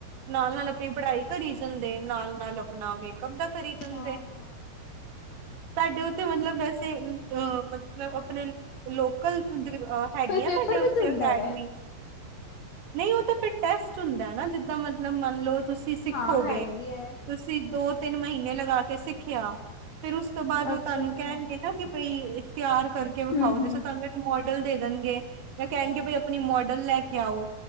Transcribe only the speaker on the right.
ਨਾਲ-ਨਾਲ, ਆਪਣੀ ਪੜ੍ਹਾਈ ਕਰੀ ਜਾਂਦੇ, ਨਾਲ-ਨਾਲ ਨਾ, ਮੇਕਅਪ ਦਾ ਕਰੀ ਜਾਂਦੇ
ਤੁਹਾਡੇ ਉੱਥੇ ਮਤਲਬ, ਵੈਸੇ ਅ ਮਤਲਬ, ਆਪਣੇ ਲੋਕਲ ਹੈਗੀਆਂ,
ਤੁਹਾਡੇ ਉੱਥੇ
ਅਕੈਡਮੀ?
ਨਹੀਂ ਉਹ ਤਾਂ ਫਿਰ ਟੈਸਟ ਹੁੰਦਾ ਨਾ, ਜਿੱਦਾਂ ਮਤਲਬ ਮੰਨ ਲਓ ਤੁਸੀਂ ਸਿੱਖੋਗੇ।
ਤੁਸੀਂ
ਦੋ, ਤਿੰਨ ਮਹੀਨੇ ਲਗਾ ਕੇ ਸਿੱਖਿਆ, ਫੇਰ ਉਸ ਤੋਂ ਬਾਅਦ, ਉਹ
ਤੁਹਾਨੂੰ ਕਹਿਣਗੇ ਨਾ ਕਿ ਬਈ, ਤਿਆਰ ਕਰਕੇ ਵਿਖਾਓ,
ਜਿਸ ਤਰਾਂ ਤੁਹਾਨੂੰ ਇੱਕ ਮੋਡਲ ਦੇ ਦੇਣਗੇ, ਜਾਂ ਕਹਿਣਗੇ ਬਈ ਆਪਣੀ, ਮੋਡਲ ਲੈ ਕੇ ਆਓ